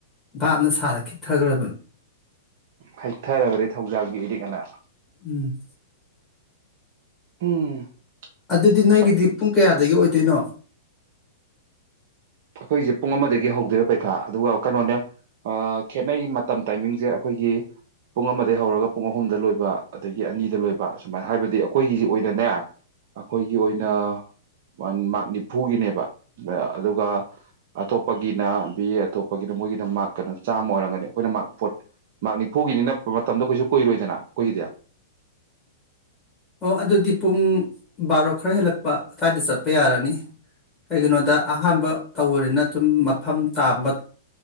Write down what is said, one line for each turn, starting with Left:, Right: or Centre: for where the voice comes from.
Left: ꯚꯥꯞꯅ ꯁꯥꯔ ꯈꯤꯛꯊꯈ꯭ꯔꯕꯅꯤ
Right: ꯍꯩꯊꯔꯕꯅꯤ <unintelligible>
Left: ꯎꯝ
Right: ꯎꯝ
Left: ꯑꯗꯨꯗꯤ ꯅꯣꯏꯒꯤꯗꯤ
Right: ꯑꯁ
Left: ꯄꯨꯡ ꯀꯌꯥꯗꯒꯤ ꯑꯣꯏ ꯇꯤꯅꯣ
Right: ꯑꯩꯈꯣꯏꯁꯦ ꯄꯨꯡ ꯑꯃꯗꯒꯤ ꯍꯧꯗꯣꯏꯕ ꯄꯩꯈꯥ ꯑꯗꯨꯒ ꯀꯩꯅꯣꯅꯦ ꯈꯦꯠꯅꯩ ꯃꯇꯝ ꯇꯥꯏꯃꯤꯡꯁꯦ ꯑꯩꯈꯣꯏꯒꯤ ꯄꯨꯡ ꯑꯃꯗꯒꯤ ꯍꯧꯔꯒ ꯄꯨꯡ ꯑꯍꯨꯝꯗ ꯂꯣꯏꯕ ꯑꯗꯒꯤ ꯑꯅꯤꯗ ꯂꯣꯏꯕ ꯁꯨꯃꯥꯏꯅ ꯍꯥꯏꯕꯗꯤ ꯑꯩꯈꯣꯏꯒꯤꯁꯤ ꯑꯣꯏꯅꯅꯦ ꯑꯩꯈꯣꯏꯒꯤ ꯑꯣꯏꯅ ꯃꯥꯔ ꯅꯤꯐꯨꯒꯤꯅꯦꯕ ꯑꯗꯨꯒ ꯑꯇꯣꯞꯄꯒꯤꯅ ꯑꯇꯣꯞꯄꯒꯤꯅ ꯃꯣꯏꯒꯤꯅ ꯃꯥꯔꯛꯀꯩꯅꯣ ꯆꯥꯝꯃ ꯑꯣꯏꯔꯝꯒꯅꯤ ꯑꯩꯈꯣꯏꯅ ꯃꯥꯔ ꯐꯠ ꯃꯥꯔ ꯅꯤꯐꯨꯒꯤꯅꯤ ꯅꯛꯄ ꯃꯇꯝꯗ ꯀꯩꯁꯨ ꯀꯨꯏꯔꯣꯏꯗꯅ ꯀꯣꯏꯈꯤꯗ
Left: ꯑꯣ ꯑꯗꯨꯗꯤ ꯄꯨꯡ ꯕꯥꯔꯣ ꯈꯔ ꯍꯦꯜꯂꯛꯄ ꯑꯗꯨꯋꯥꯏꯗ ꯆꯠꯄ ꯌꯥꯔꯅꯤ ꯀꯩꯒꯤꯅꯣꯗ ꯑꯍꯥꯟꯕ ꯇꯧꯕꯅꯤꯅ ꯑꯗꯨꯝ ꯃꯐꯝ ꯇꯥꯕ